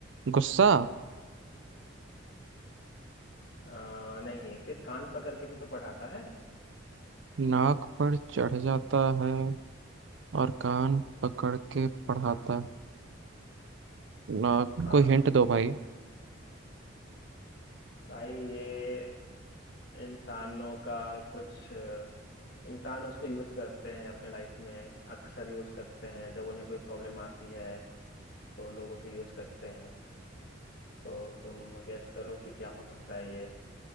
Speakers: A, on the right; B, on the left.
A: गुस्सा
B: अ, नहीं फिर कान पकड़ के भी तो पढ़ाता है
A: नाक पर चढ़ जाता है और कान पकड़ के पढ़ाता
B: ना
A: है ना
B: हाँ
A: कोई हिंट दो भाई
B: भाई ये इंसानों का कुछ अ, इंसान उसको यूज करते हैं अपने लाइफ में अक्सर यूज करते हैं जब उन्हें कोई प्रॉब्लम आती है तो लोग उसे यूज करते हैं तो तुम गैस करो कि क्या हो सकता है ये